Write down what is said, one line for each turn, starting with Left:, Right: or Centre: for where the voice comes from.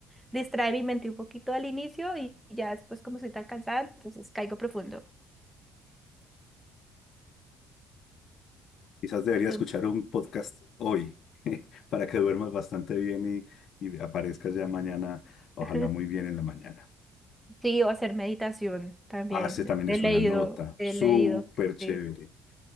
Centre: distrae mi mente un poquito al inicio y ya después como soy tan cansada, entonces caigo profundo.
Left: Quizás deberías
Centre: Entonces,
Left: escuchar un podcast hoy <laughs> para que duermas bastante bien y, y aparezcas ya mañana, ojalá
Centre: <laughs>
Left: muy bien en la mañana.
Centre: sí, o hacer meditación también.
Left: Ah, ese también
Centre: He
Left: es
Centre: leído,
Left: una nota
Centre: he
Left: súper
Centre: leído.
Left: chévere.
Centre: sí.